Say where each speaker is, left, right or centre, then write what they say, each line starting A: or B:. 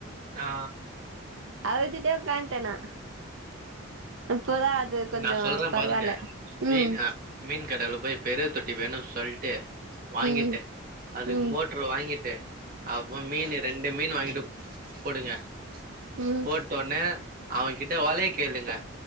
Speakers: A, on the right; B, on the right.
A: ஆ
B: அழுதுட்டே உக்காண்ட்டே நா இப்போதா அது கொஞ்சோ
A: நா சொல்றே
B: பரவால்ல
A: பாருங்க வீ
B: ம்
A: அ மீன் கடைல போய் பெரிய தொட்டி வேணுன்னு சொல்ட்டு வாங்கிட்டு
B: ம்
A: அதுக்கு
B: ம்
A: மோட்ரு வாங்கிட்டு அப்புறோ மீனு ரெண்டு மீனு வாங்கிட்டு குடுங்க
B: ம்
A: போட்டொன்னே அவகிட்ட வலய கேளுங்க